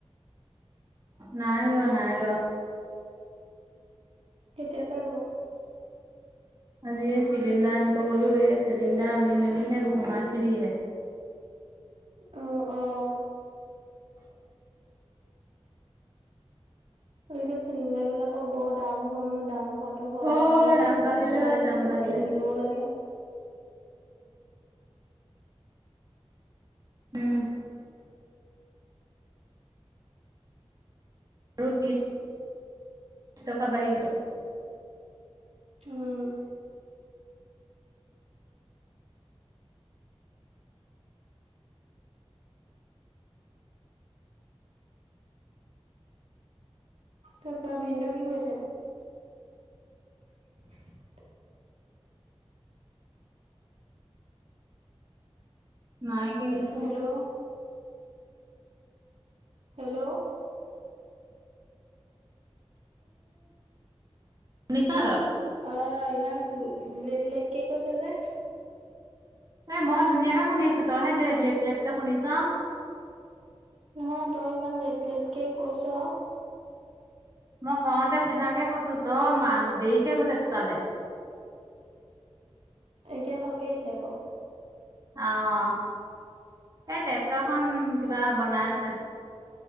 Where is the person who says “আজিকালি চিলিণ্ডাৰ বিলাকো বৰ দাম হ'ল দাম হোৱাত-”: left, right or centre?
Right